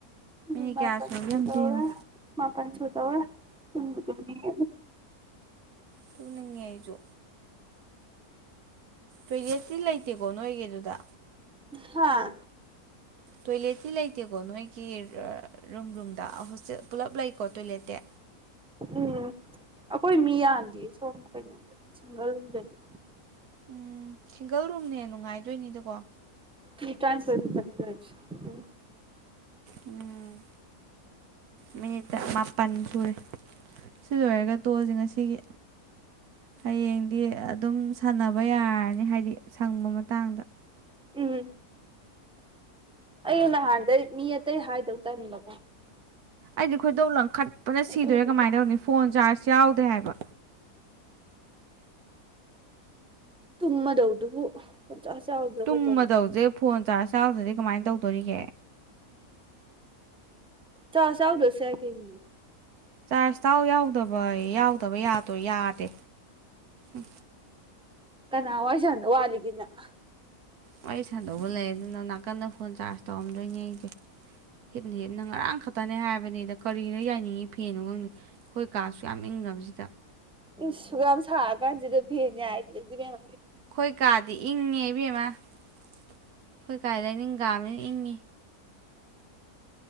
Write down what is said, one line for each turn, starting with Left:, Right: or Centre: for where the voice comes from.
Centre: ꯃꯤꯅꯤꯠ
Right: ꯀꯌꯥ
Centre: ꯃꯥꯄꯥꯟ
Right: ꯁꯨꯔꯒꯦ
Centre: ꯁꯨꯗꯧꯔꯦ
Right: ꯑꯝꯇ ꯌꯦꯡꯉꯨ
Centre: ꯃꯥꯄꯥꯟ ꯁꯨꯗꯧꯔꯦ ꯊꯨꯝꯕꯨ ꯊꯨꯝꯅꯤꯡ ꯉꯤꯗ
Right: ꯇꯨꯝꯅꯤꯡꯉꯦ ꯑꯩꯖꯨ ꯇꯣꯏꯂꯦꯠꯇꯤ ꯂꯩꯇꯦꯀꯣ ꯅꯣꯏꯒꯤꯗꯨꯗ
Centre: ꯍꯥꯥ
Right: ꯇꯣꯏꯂꯦꯠꯇꯤ ꯂꯩꯇꯦꯀꯣ ꯅꯣꯏꯒꯤ ꯔꯨꯝ ꯔꯨꯝꯗ ꯍꯣꯁꯇꯦꯜ ꯄꯨꯂꯞ ꯂꯩꯀꯣ ꯇꯣꯏꯂꯦꯠꯇꯤ
Centre: ꯎꯝ ꯑꯩꯈꯣꯏ ꯃꯤꯌꯥꯝꯗꯤꯌꯦ ꯁꯣꯝ ꯀꯩꯅꯣꯗ ꯁꯤꯡꯒꯜꯗꯗꯤ
Right: ꯎꯝ ꯁꯤꯡꯒꯜ ꯔꯨꯝꯅ ꯍꯦꯟꯅ ꯅꯨꯡꯉꯥꯏꯗꯣꯏꯅꯤꯗꯀꯣ
Centre: ꯃꯤ ꯇꯔꯥꯅꯤꯇꯣꯢ ꯃꯨꯛꯇꯅꯤꯗ ꯂꯩꯔꯤꯁꯦ ꯎꯝ
Right: ꯎꯝ ꯃꯤꯅꯤꯠꯇ ꯇ ꯃꯥꯄꯟ ꯁꯨꯔꯦ ꯁꯤ ꯂꯣꯏꯔꯒ ꯇꯣꯛꯑꯁꯦ ꯉꯥꯁꯤꯒꯤ ꯍꯌꯦꯡꯗꯤ ꯑꯗꯨꯝ ꯁꯥꯟꯅꯕ ꯍꯣꯢ ꯌꯥꯔꯅꯤ ꯍꯥꯏꯗꯤ ꯁꯪꯕ ꯃꯇꯥꯡꯗ
Centre: ꯎꯝ ꯑꯩ ꯅꯍꯥꯟꯗꯩ ꯃꯤ ꯑꯇꯩ ꯍꯥꯏꯗꯧ ꯇꯟꯕꯀꯣ
Right: ꯑꯩꯗꯤ ꯈꯣꯏꯗꯧ ꯂꯪꯈꯠꯄꯅ ꯁꯤꯗꯧꯔꯦ
Centre: ꯑꯗꯨꯒꯤ
Right: ꯀꯃꯥꯏꯅ ꯇꯧꯅꯤ ꯐꯣꯟ ꯆꯥꯔꯖ ꯌꯥꯎꯗ꯭ꯔꯦ ꯍꯥꯏꯕ
Centre: ꯇꯨꯝꯃꯗꯧꯗꯨꯕꯨ ꯆꯥꯎꯗ꯭ꯔ
Right: ꯇꯨꯝꯃꯗꯧꯁꯦ
Centre: ꯀꯩꯗꯧꯕ
Right: ꯐꯣꯟ ꯆꯥꯔꯖ ꯌꯥꯎꯗ꯭ꯔꯥꯗꯤ ꯀꯃꯥꯏꯅ ꯇꯧꯗꯣꯔꯤꯒꯦ
Centre: ꯆꯥꯔꯖ ꯌꯥꯎꯗ꯭ꯔꯥꯁꯨ ꯌꯥꯢ ꯀꯩꯅꯣ
Right: ꯆꯥꯔꯖ ꯇꯥꯎ ꯌꯥꯎꯗꯕ ꯍꯣꯏ ꯌꯥꯎꯗꯕ ꯌꯥꯗꯣꯏ ꯌꯥꯗꯦ ꯎꯝ
Centre: ꯀꯅꯥꯋꯥꯔꯤ ꯁꯥꯅꯗꯧ ꯋꯥꯠꯂꯤꯒꯦꯅꯪ
Right: ꯋꯥꯔꯤ ꯁꯥꯗꯧꯕ ꯂꯩ ꯑꯗꯨꯅ ꯅꯥꯀꯟꯗ ꯐꯣꯟ ꯆꯥꯔꯖ ꯇꯧꯔꯝꯗꯣꯏꯅꯦ ꯑꯩꯗꯤ ꯍꯤꯞꯅ ꯍꯤꯞꯅ ꯉꯔꯥꯡ ꯈꯛꯇꯅꯦ ꯍꯥꯏꯕꯅꯤꯗ ꯀꯔꯤꯗ ꯌꯥꯏꯅꯤꯡꯉꯤ ꯐꯦꯟꯅꯣ ꯈꯪꯗꯦ ꯑꯩꯈꯣꯏ ꯀꯥ ꯑꯁꯨꯛ ꯌꯥꯝ ꯏꯪꯈ꯭ꯔꯕꯁꯤꯗ
Centre: ꯏꯁ ꯁꯨꯛꯌꯥꯝ ꯁꯥꯔꯀꯥꯟꯁꯤꯗ ꯐꯦꯟ ꯌꯥꯏꯗꯗꯤ ꯏꯕꯦꯝ
Right: ꯑꯩꯈꯣꯏ ꯀꯥꯗꯤ ꯏꯪꯉꯦ ꯏꯕꯦꯝꯃ ꯑꯩꯈꯣꯏ ꯀꯥ ꯂꯩꯅꯤꯟꯀꯥꯕꯅꯤꯅ ꯏꯪꯉꯤ